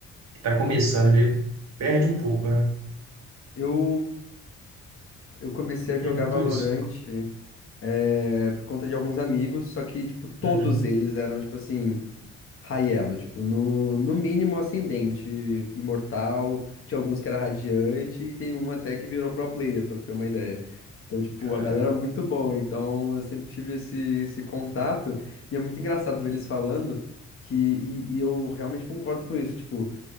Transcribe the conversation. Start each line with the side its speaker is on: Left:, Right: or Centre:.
Right: que tá começando ali, perde um pouco, né?
Left: Eu Eu comecei a jogar
Right: Tem muito
Left: Valorant
Right: isso.
Left: é, por conta de alguns amigos, só que, tipo, todos
Right: Uhum.
Left: eles eram, tipo assim, high elo, tipo, no, no mínimo ascendente, imortal, tinha alguns que era radiante e tem um até que virou pro player, pra ter uma ideia. Então, tipo,
Right: Caramba.
Left: a galera é muito boa, então eu sempre tive esse, esse contato e é muito engraçado ver eles falando que, e, e eu realmente concordo com isso, tipo,